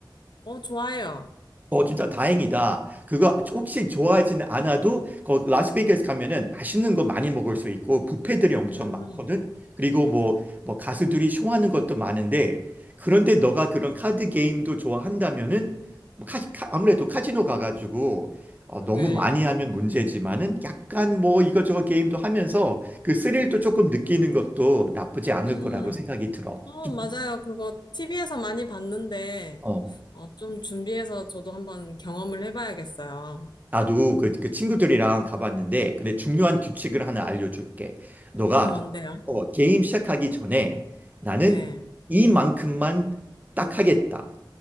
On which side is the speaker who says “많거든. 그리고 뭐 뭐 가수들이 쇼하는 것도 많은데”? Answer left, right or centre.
Right